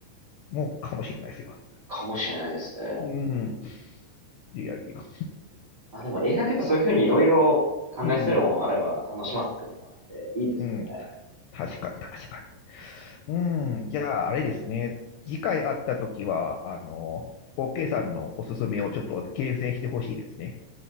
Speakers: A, on the left; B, on the right.
A: もうかもしれないですよ。
B: かもしれないですね。
A: うん。いやいや。
B: あ、でも映画ってやっぱそういうふうにいろいろ考えさせるものあれば楽しませてくるのもあって、
A: うん。
B: いいですよね。
A: うん。確かに、確かに。うん、じゃあ、あれですね。次回会ったときは、あの、OK さんのおすすめをちょっと厳選してほしいですね。